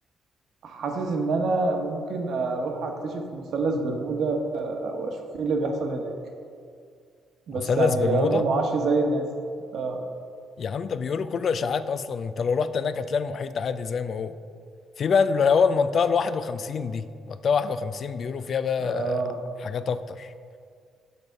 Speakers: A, on the right; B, on the left.
A: حاسس ان انا ممكن اروح اكتشف مثلث برمودا واشوف ايه اللي بيحصل هناك بس
B: مثلث
A: يعني
B: برمودا
A: يا رب ما اعش زي الناس آه.
B: يا عم ده بيقولوا كله اشاعات اصلا انت لو رحت هناك هتلاقي المحيط عادي زي ما هو في بقى اللي هو المنطقة ال 51 دي منطقة 51 بيقولوا فيها بقى
A: اه
B: حاجات أكتر